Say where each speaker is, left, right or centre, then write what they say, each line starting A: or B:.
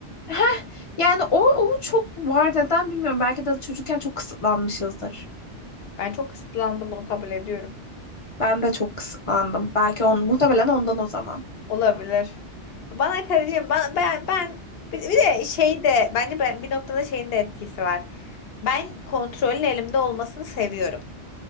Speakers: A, on the left; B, on the left.
A: ha yani o, o çok var neden bilmiyorum belki de çocukken çok kısıtlanmışızdır.
B: Ben çok kısıtlandım bunu kabul ediyorum.
A: Ben de çok kısıtlandım. Belki on, muhtemelen ondan o zaman.
B: Olabilir. Bana karıcığım ben, ben ben bir bir de şey de bence ben bir noktada şeyin de etkisi var. Ben kontrolün elimde olmasını seviyorum.